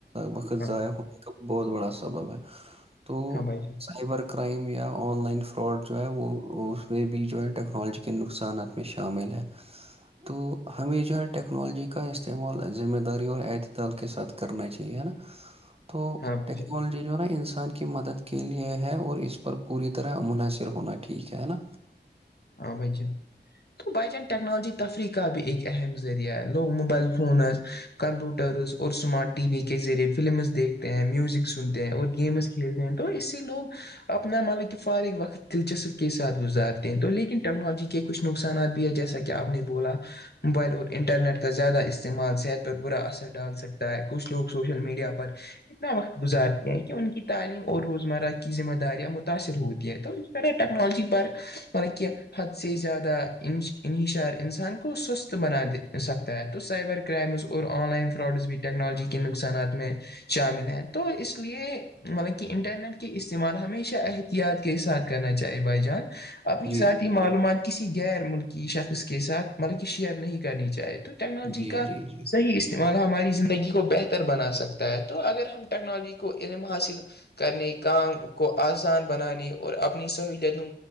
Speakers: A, on the right; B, on the left.
A: وقت
B: ہاں
A: ضائع
B: بھائی
A: ہونے کا بہت بڑا سبب ہے تو
B: ہاں بھائی جان
A: سائبر کا کرائم یا آن لائن فراڈ جو ہے وہ اس میں بھی جو ہے ٹیکنالوجی کے نقصانات میں شامل ہے تو ہمیشہ ٹیکنالوجی کا استعمال ذمہ داری اور اعت دال کے ساتھ کرنا چاہیے ہے نا تو
B: ہاں بھائی
A: ٹیکنالوجی
B: جان
A: جو ہے نا انسان انسان کی مدد کے لیے ہے اور اس پر پوری طرح منحصر ہونا ٹھیک ہے نا
B: ہاں بھائی ج تو بائی چان ٹیکنالوجی تفریح کا بھی ایک اہم ذریعہ ہے لوگ موبائل فونز کمپیوٹرس اور اسمارٹ ٹی وی کے ذریعے فلمز دیکھتے ہیں میوزک سنتے ہیں اور گیمز کھیلتے ہیں تو اس سے لوگ اپنا مطلب کہ فارغ وقت دلچسپ کے ساتھ گزارتے ہیں تو لیکن ٹیکنالوجی کے کچھ نقصانات بھی ہے جیسا کہ آپ نے بولا موبائل اور انٹرنیٹ کا زیادہ استعمال صحت پر برا اثر ڈال سکتا ہے کچھ لوگ سوشل میڈیا پر اتنا وقت گزارتے ہیں کہ ان کی تعلیم اور روزمرہ کی ذمہ داریاں متاثر ہوتی ہے تو س ٹیکنالجی پر مطلب کی حد سے زیادہ انحشار انسان کو سست بناے سکتا ہے تو سائبر کے کرائمز اور آن لائن فراڈس بھی ٹیکنالوجی کے نقصانات میں شامل ہیں تو اس لیے مطلب کہ انٹرنیٹ کے استعمال ہمیشہ احتیاط کے ساتھ کرنا چاہیے بھائی جان اپنی
A: جی
B: ذاتی معلومات کسی غیر ملکی شخص کے ساتھ مطلب کہ شیئر نہیں کرنی چاہے تو ٹیکنالوجی
A: جی
B: کا
A: جی جی جی
B: صحی ما ہماری زندگی کو بہتر بنا سکتا ہے تو اگر ہم ٹیکنالوجی کو علم حاصل کرنے کام کو آسان بنانے اور اپنی سہولتوں